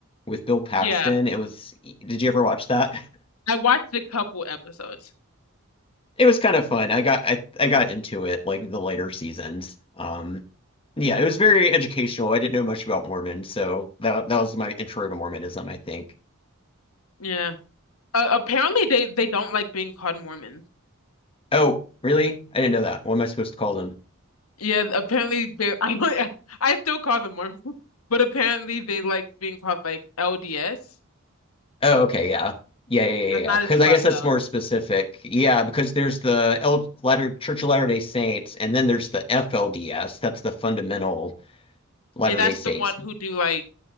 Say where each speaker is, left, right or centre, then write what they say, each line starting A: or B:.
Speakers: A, on the left; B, on the left.
A: with Bill Paxton.
B: Yeah.
A: It was. Did you ever watch that? <laughs>
B: I watched a couple episodes.
A: It was kind of fun. I got I I got into it like the later seasons. Um, yeah, it was very educational. I didn't know much about Mormon, so that that was my intro to Mormonism, I think.
B: Yeah. Uh, apparently they they don't like being called Mormons.
A: Oh, really? I didn't know that. What am I supposed to call them?
B: Yeah, apparently they <laughs> I don't I still call them Mormons, <laughs> but apparently they like being called like LDS.
A: Oh, okay, yeah. Yeah, yeah,
B: That's
A: yeah, yeah.
B: not
A: Because
B: as
A: I
B: fun
A: guess that's
B: though.
A: more specific. Yeah, because there's the L Latter Church of Latter-day Saints, and then there's the FLDS. That's the fundamental Latter-day
B: Yeah, that's
A: Saints.
B: the one who do like